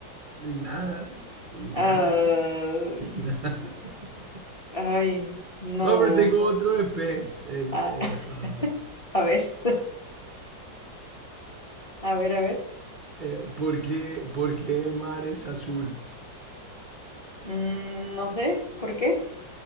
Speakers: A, on the right; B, on the left.
A: Y nada, y
B: Ah,
A: nada, y nada. <laughs>
B: Ay, no.
A: Bueno, pero tengo otro de pez. En,
B: A,
A: eh, ah,
B: <laughs> a ver. <laughs> A ver, a ver.
A: eh, ¿por qué, por qué el mar es azul?
B: Mm, no sé, ¿por qué?